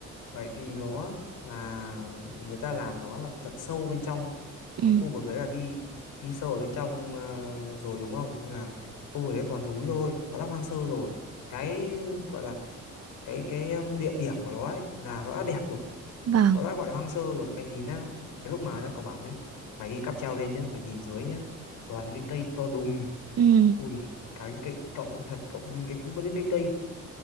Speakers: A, on the left; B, on the right.
A: bởi vì nó là người ta làm nó là tận sâu bên trong cái
B: ừ
A: khu vực đấy là đi đi sâu ở bên trong ờ, rồi đúng không nên là khu vực đấy toàn núi thôi nó đã hoang sơ rồi cái gọi là cái cái um, địa điểm của nó ấy là nó đã đẹp rồi
B: vâng
A: nó đã gọi là hoang sơ rồi mày nhìn á cái lúc mà nhá, cậu bảo nhá mày đi cáp treo lên nhá mày nhìn dưới nhá toàn những cái cây to đùng
B: ừ
A: ui cái cây cậu thật cậu nhìn cái có những cái cây